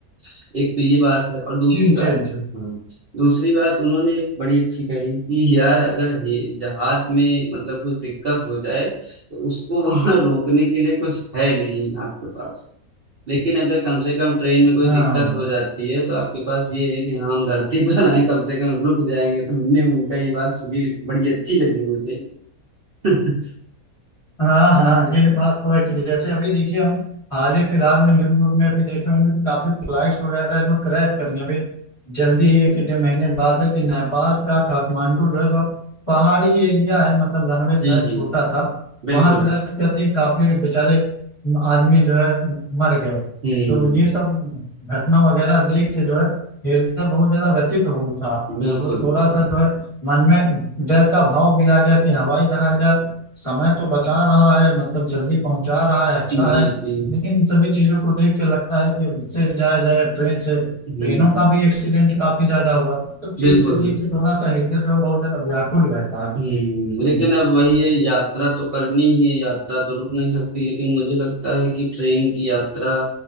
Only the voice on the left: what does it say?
जी
जी जी
हाँ
हाँ हाँ ये बात तो है कि जैसे अभी देखिए हम हाल ही फिलहाल में न्यूज व्यूज में भी देखे होंगे कि काफी फ्लाइट्स वगैरह जो क्रैश कर रही हैं अभी जल्दी ही एक डेढ़ महीने बाद है कि नेपाल का काठमांडू जो है तो पहाड़ी एरिया है मतलब रनवे
शायद
छोटा था
वहाँ क्रैश कर दी काफी बेचारे आदमी जो है मर गए
तो ये सब घटना वगैरह देख के जो है हृदय बहुत ज्यादा व्यथित हो उठा
मतलब थोड़ा
सा जो है मन में डर का भाव भी आ गया कि हवाई जहाज यार समय तो बचा रहा है मतलब जल्दी पहुंचा रहा है अच्छा
है
लेकिन इन सभी चीजों को देख के लगता है कि उससे जाया जाए ट्रेन से ट्रेनों
का भी एक्सीडेंट काफी ज्यादा हुआ है सब चीज
से देख
के थोड़ा सा हृदय जो है बहुत ज्यादा व्याकुल रहता है
हम्म,